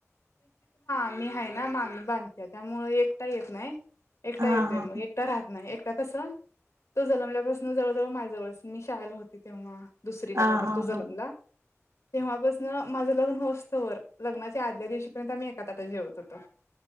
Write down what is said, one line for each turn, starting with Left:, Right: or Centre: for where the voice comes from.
Left: मी आहे ना मामी बांधते त्यामुळे एकटा येत नाही. एकटा
Right: हा
Left: येतोय
Right: हा
Left: मग एकटा रहात नाही. एकटा कस तो जन्मल्यापासून जवळ-जवळ माझ्यावळच मी शाळेला होते तेव्हा. दुसरी
Right: हा
Left: ला काही तर
Right: हा
Left: तो
Right: हा.
Left: जन्मला. तेव्हापासन माझं लग्न हो असतं व लग्नाच्या आदल्या दिवशीपर्यंत आम्ही एका तटात जेवत होतो.